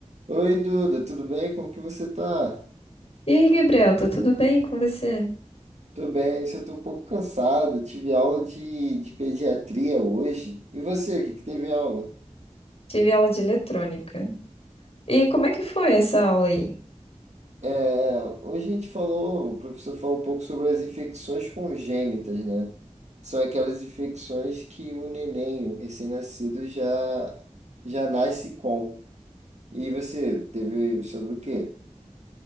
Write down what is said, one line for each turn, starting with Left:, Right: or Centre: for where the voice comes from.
Right: Oi, Duda, tudo bem? Como que você tá?
Left: E aí, Gabriel, tá tudo bem com você?
Right: Tô bem, só tô um pouco cansado. Tive aula de, de pediatria hoje. E você, o que que teve aula?
Left: Tive aula de eletrônica. E como é que foi essa aula aí?
Right: É, hoje a gente falou, o professor falou um pouco sobre as infecções congênitas, né? São aquelas infecções que o neném, o recém-nascido, já, já nasce com. E você teve sobre o quê?